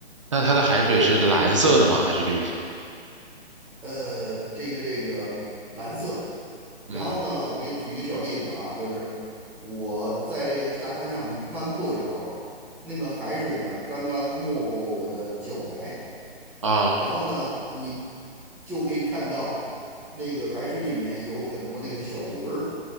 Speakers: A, on the right; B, in the centre.
A: 那它的海水是蓝色的吗？
B: 对，我给你举，
A: 还是绿色？
B: 呃，这个这个蓝色。然后呢，
A: 嗯。
B: 我给你举一个小例子啊，就是我在这个沙滩上漫步的时候，那个海水呢刚刚没过我的脚踝，
A: 啊，
B: 然后呢，你就可以看到那个海水里面有很多那个小鱼儿